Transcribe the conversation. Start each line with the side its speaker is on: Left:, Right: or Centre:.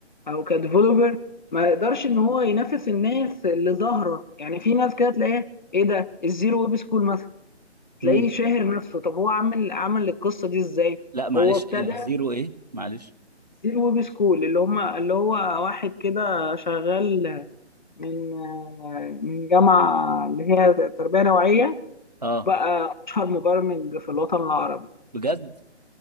Left: او كديفلوبر ما يقدرش ان هو ينافس الناس اللي ظاهره يعني في ناس كده تلاقيها ايه ده الزيرو ويب سكول مثلا تلاقيه
Right: مم.
Left: شاهر نفسه طب هو عامل عمل القصه دي ازاي
Right: لا معلش
Left: هو ابتدى
Right: الزيرو ايه معلش
Left: دي الويب سكول اللي هم اللي هو واحد كده شغال من من جامعة اللي هي تربية نوعية
Right: اه
Left: بقى أشهر مبرمج في الوطن العربي
Right: بجد